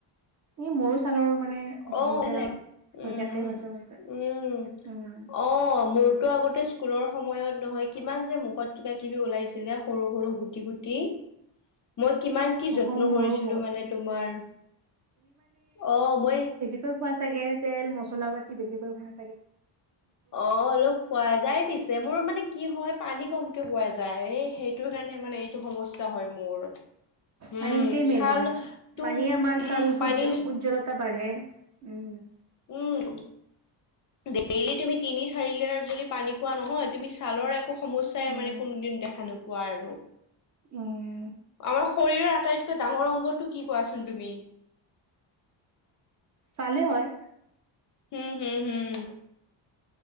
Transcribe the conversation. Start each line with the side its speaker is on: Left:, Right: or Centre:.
Right: এ মোৰো ছালৰ মানে অসুবিধা
Left: অ ভাল লাগে।
Right: হয়
Left: উম
Right: থাকে মাজা - মাজা
Left: উম
Right: উম।
Left: অ, মোৰতো আগতে স্কুলৰ সময়ত নহয় কিমান যে মুখত কিবা কিবি ওলাইছিলে সৰু - সৰু গুটি - গুটি। মই কিমান কি যত্ন
Right: অ মোৰো
Left: কৰিছিলো
Right: বহুত
Left: মানে তোমাৰ, অ মই
Right: তো খোৱা চাগে তেল, মছলা পাতি বেছিকৈ ভাল
Left: অ অলপ খোৱা যায় পিছে মোৰ মানে কি হয় পানী কমকে বোৱা যায় এই সেইটোৰ কাৰণে মানে এইটো সমস্যা হয় মোৰ। উম,
Right: পানী টোৱে মেইন
Left: ছালটো
Right: হয়, পানীয়ে আমাৰ ছাল
Left: উম,
Right: সৰ
Left: পানী
Right: উজ্জ্বলতা বাঢ়ে। উম,
Left: উম, ডেইলি তুমি তিনি চাৰি লিটাৰ যদি পানী খোৱা নহয় তুমি ছালৰ একো সমস্যাই
Right: উম
Left: মানে কোনো দিন দেখা নোপোৱা আৰু।
Right: উম
Left: আমাৰ শৰীৰৰ আটাইতকৈ ডাঙৰ অংগটো কি কোৱাচোন তুমি?
Right: চালে হয়।
Left: হুম-হুম-হুম।